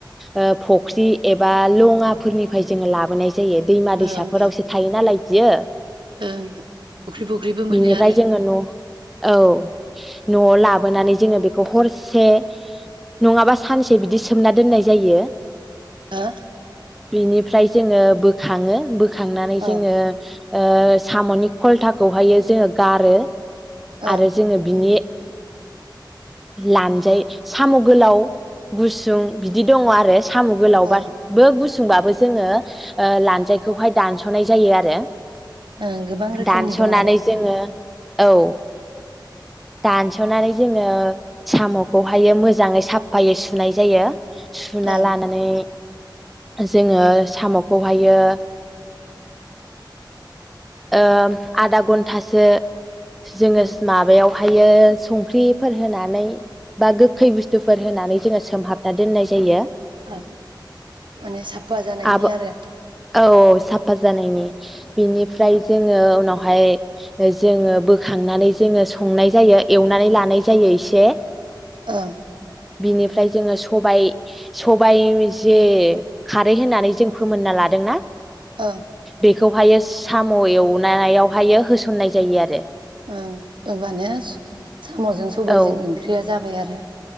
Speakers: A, in the centre; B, on the right.
A: ओ फख्रि एबा लङाफोरनिफ्राय जोङो लाबोनाय जा जायो दैमा
B: ओं
A: दैसाफोरावसो
B: ओं
A: थायो नालाय बियो
B: ओं फख्रि फख्रिबो
A: बिनिफ्राय
B: मोनो आरो?
A: जोङो न' औ नआव लाबोनानै जोङो बे हरसे नङाबा सानसे बिदि सोमना दोननाय जायो
B: ओ
A: बिनिफ्राय जोङो बोखाङो बो थांनानै जोङो
B: ओं
A: ओ सामनि खलथाखौहायो जोङो गारो आरो
B: ओं
A: जोङो बिनि लानजाय साम गोलाव गुसुं बिदि दङ आरो साम गोलाव
B: ओं
A: बाबो गुस सुंबाबो जोङो लानजायखौहाय दानसनाय जायो आरो
B: ओं गोबां रोखोमनि
A: दानस'नानै
B: दं आरो
A: जोङो औ दानसनानै जोङो साम'खौहाय मोजाङै साफायै सुनाय जायो सुना
B: ओं
A: लानानै जोङो साम'खौहायो ओ आधा घन्टासो जोङो
B: ओं
A: माबायाव ओमफायो संख्रिफोर होनानै बा गोखै बुस्थुफोर होनानै जोङो सोमहाबना दोननाय जायो
B: ओ माने साफा जानायनि
A: आब
B: आरो
A: औ साफा जानायनि बिनिफ्राय जोङो उनावहाय जोङो बोखांनानै जोङो संनाय जायो एवनानै लानाय जायो एसे
B: ओं
A: बिनिफ्राय जोङो सबाय सबाय जे खारै होनानै जों फोमोनना लादोंना
B: ओं
A: बेखौहायो साम' एवनायावहायो होसननाय जायो आरो
B: ओं होमबानो साम'जों सबायजों
A: औ
B: ओंख्रिया जाबाय आरो